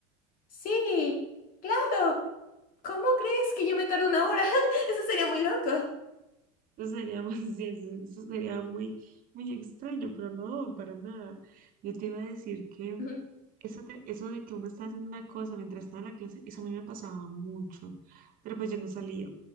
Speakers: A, on the left; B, on the right.
A: sí, claro. ¿Cómo crees que yo me tardo una hora? <laughs> Eso sería muy loco.
B: Eso sería, muy- <laughs> sí, eso eso sería muy, muy extraño, pero no, para nada. Yo te iba a decir que
A: Ujú.
B: eso, te- eso de que uno está haciendo una cosa mientras está en la clase, eso a mí me pasaba mucho. Pero pues yo no salía,